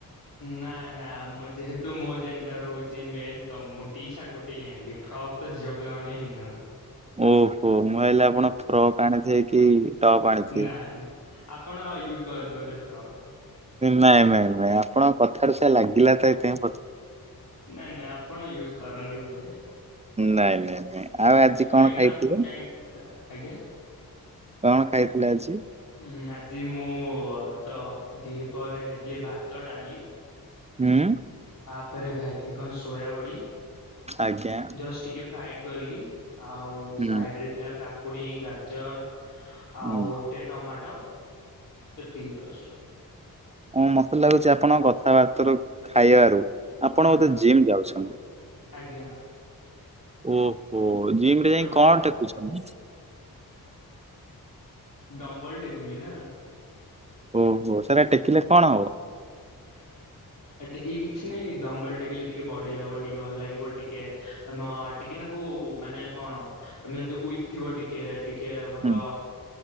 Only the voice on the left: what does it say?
ନା ନା ମୁଁ ଯେହେତୁ ମୋ ଜେଣ୍ଡର ହେଉଛି ମେଲ ତ ମୁଁ ଟି ସାର୍ଟ ଗୋଟେ ହି ଆଣିଲି। ଫ୍ରକ୍ ତ ଝିଅ ପିଲାମାନେ ହି ପିନ୍ଧନ୍ତି।
ନାଇଁ ଆପଣ ୟୁଜ କରନ୍ତି ବୋଧେ ଫ୍ରକ୍।
ନାଇଁ-ନାଇଁ ଆପଣ ୟୁଜ କରନ୍ତି ବୋଧେ।
କାହିଁକି ନା
କାହି ଆଜ୍ଞା।
ଉ ଆଜି ମୁଁ ତ ଦିହି ପରେ ଖାଇଥିଲି ଭାତ ଡାଲି।
ତାପରେ ଖାଇଥିଲି କଣ ସୋୟାବଡ଼ି
ଜଷ୍ଟ ଟିକେ ଫ୍ରାଏଡ଼ କରିକି। ଆଉ
ସାଇଡ ରେ ଥିଲା କାକୁଡ଼ି ଗାଜର ଆଉ
ଗୋଟେ ଟମାଟୋ। ଟ ଏତିକି ଜଷ୍ଟ।
ହଁ
ଆଜ୍ଞା।
ଟୋଟାଲ
ଡମ୍ବୁଲ ଟେକୁଛି ନା।
<inaudible> ଟେକିଲି କିଛି ନାଇଁ ଡମ୍ବୁଲ ଟେକିଲି ଟିକେ ବଢି ହବ ଟିକେ ଭଲ ଲାଗିବ ଟିକେ ତମ ଟିକେ କୁ ମାନେ କଣ ତମେ ଯଦି ଉଇକ୍ ଥିବ ଟିକେ-ଟିକେ ଟିକଏ ଭଲ